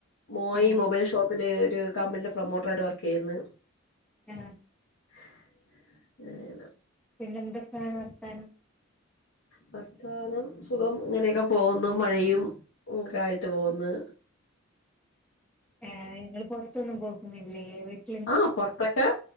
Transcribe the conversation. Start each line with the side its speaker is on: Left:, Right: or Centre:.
Left: മോയി
Centre: ഏ
Left: മൊബൈൽ ഷോപ്പ് അല് ഒരു കമ്പനിയുടെ പ്രൊമോട്ടറായിട്ട് വർക്ക് ചെയ്യുന്നു
Centre: ആഹ്
Left: <unintelligible>
Centre: പിന്നെ എന്തൊക്കെയാണ് വർത്താനം
Left: വർത്താനം സുഖം ഇങ്ങനെയൊക്കെ പോകുന്നു മഴയും ഒക്കെ ആയിട്ട് പോകുന്നു
Centre: ആഹ് ങ്ങൾ പുറത്തൊന്നും പോക്കുന്നില്ലേ വീട്ടി
Left: ആഹ് പുറത്തൊക്കെ